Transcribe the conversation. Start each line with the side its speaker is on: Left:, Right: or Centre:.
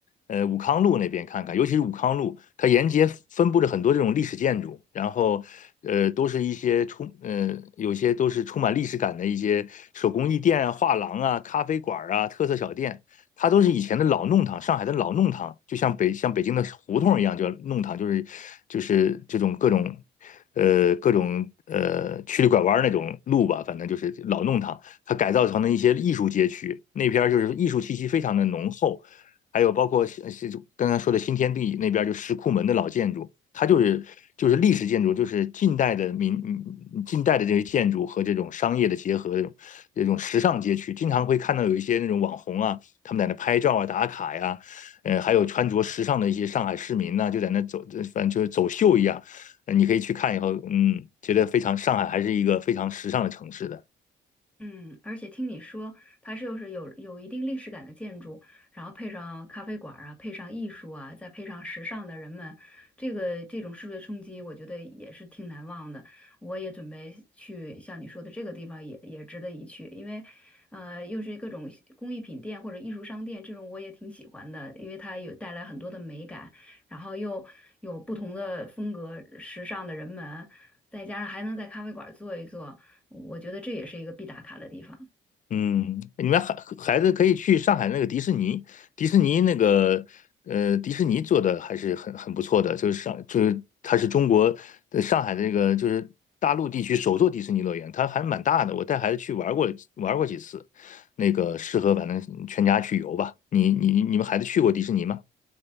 Left: 呃，武康路那边看看，尤其是武康路，它沿街分布着很多这种历史建筑，然后，呃，都是一些充，呃，有些都是充满历史感的一些手工艺店啊、画廊啊、咖啡馆啊、特色小店。它都是以前的老弄堂，上海的老弄堂，就像北像北京的胡同一样，叫弄堂，就是就是这种各种呃各种呃曲里拐弯那种路吧，反正就是老弄堂，它改造成了一些艺术街区，那边就是艺术气息非常的浓厚，还有包括是刚才说的新天地那边就石库门的老建筑，它就是就是历史建筑，就是近代的民近代的这些建筑和这种商业的结合，这种这种时尚街区，经常会看到有一些那种网红啊。他们在那拍照啊、打卡呀、啊呃，还有穿着时尚的一些上海市民呢，啊就在那走，呃反正就是走秀一样。呃你可以去看以后，嗯，觉得非常上海还是一个非常时尚的城市的。
Centre: 嗯，而且听你说，它是又是有有一定历史感的建筑，然后配上咖啡馆儿啊，配上艺术啊，再配上时尚的人们，这个这种视觉冲击，我觉得也是挺难忘的。我也准备去像你说的这个地方也，也值得一去，因为，呃，又是各种工艺品店或者艺术商店，这种我也挺喜欢的，因为它有带来很多的美感，然后又有不同的风格、时尚的人们。再加上还能在咖啡馆坐一坐，我觉得这也是一个必打卡的地方。
Left: 嗯，你们孩孩子可以去上海那个迪士尼，迪士尼那个呃，迪士尼做的还是很很不错的，就是上就是它是中国呃上海的那个就是大陆地区首座迪士尼乐园，它还蛮大的，我带孩子去玩过玩过几次，那个适合反正全家去游吧。你你你们孩子去过迪士尼吗？